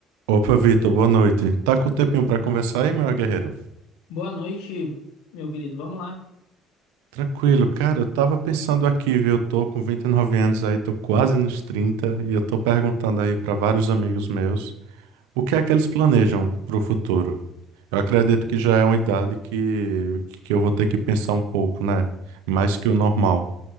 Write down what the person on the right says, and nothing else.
Opa, Vitor, boa noite. Tá com tempinho pra conversar aí, meu guerreiro?
Tranquilo, cara, eu tava pensando aqui, viu? Eu tô com 29 anos aí, tô quase nos 30 e eu tô perguntando aí pra vários amigos meus o que é que eles planejam pro futuro. Eu acredito que já é uma idade que, que eu vou ter que pensar um pouco, né? Mais que o normal.